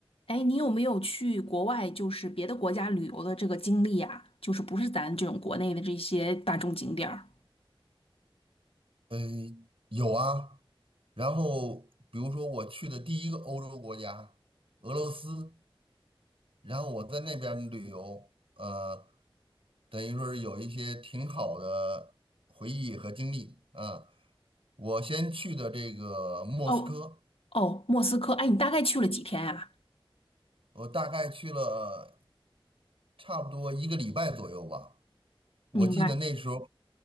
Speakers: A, on the left; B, on the right.
A: 哎，你有没有去国外，就是别的国家旅游的这个经历啊？就是不是咱这种国内的这些大众景点儿？
B: 呃，有啊，然后比如说我去的第一个欧洲国家俄罗斯，然后我在那边儿旅游，呃，等于说是有一些挺好的回忆和经历啊。我先去的这个莫斯科，
A: 哦，哦，莫斯科，哎，你大概去了几天呀？
B: 我大概去了差不多一个礼拜左右吧。我记得那时候
A: 明白，